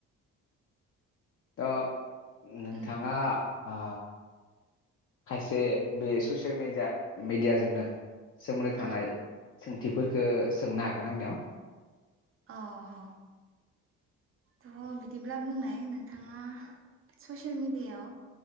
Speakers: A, on the left; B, on the right.
A: थ' नोंथाङा
B: उम
A: ओ खायसे बे ससियेलडिया मेडियाजोंनो सोमोन्दो थानाय
B: उम
A: सोंथिफोरखौ सोंनो हागोन आंनियाव।
B: औ औ थ बिदिब्ला बुंनाय नोंथाङा ससियेल मिडियाायाव